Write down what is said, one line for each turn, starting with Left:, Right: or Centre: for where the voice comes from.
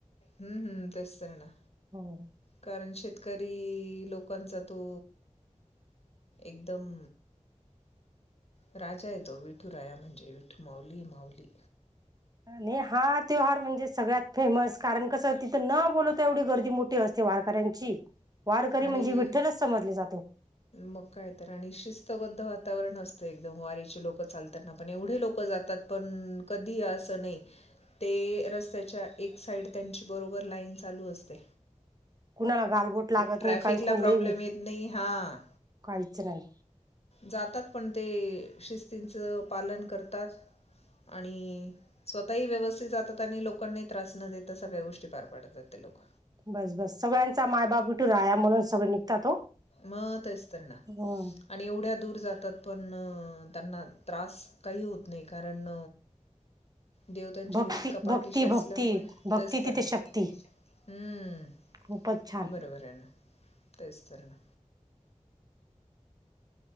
Left: हम्म हम्म तेच तर ना
Right: हो
Left: कारण शेत शेतकरी लोकांचा तो एकदम राजा येतो विठूराया म्हणजे विठू माऊली माऊली
Right: आणि हा त्योहार म्हणजे सगळ्यात फेमस कारण कसं तिथं न बोलवता एवढी गर्दी मोठी असते. वारकऱ्यांची वारकरी
Left: आणि
Right: म्हणजे विठ्ठलच समजले जातो.
Left: मग काय तर आणि शिस्तबद्ध वातावरण असतं एकदम वारीची लोक चालताना पण एवढे लोक जातात पण कधी असं नाही ते रस्त्याच्या एक साईड त्यांची बरोबर लाईन चालू असतें.
Right: कुणाला गालबोट लागत
Left: ट्रॅफिकला
Right: नाही काहीच नाही
Left: प्रॉब्लेम
Right: लई
Left: येत नाही हा?
Right: काहीच नाही
Left: जातात पण ते शिस्तीचं पालन करतात. आणि स्वतःही व्यवस्थित जातात आणि लोकांना त्रास न देत सगळ्या गोष्टी पार पाडतात ते लोक
Right: बस बस सगळ्यांचा मायबाप विटू राया म्हणून सगळं निघतात
Left: मग आहेच तर ना
Right: हं
Left: आणि एवढ्या दूर जातात पण त्यांना त्रास काही होत नाही कारण देव त्यांच्या
Right: भक्ती
Left: इतका पाठीशी
Right: भक्ती
Left: असल्यामुळे
Right: भक्ती भक्ती
Left: तेच तर
Right: तिथे
Left: ना
Right: शक्ती
Left: हम्म
Right: खूपच छान
Left: बरोबर आहे ना तेच तर ना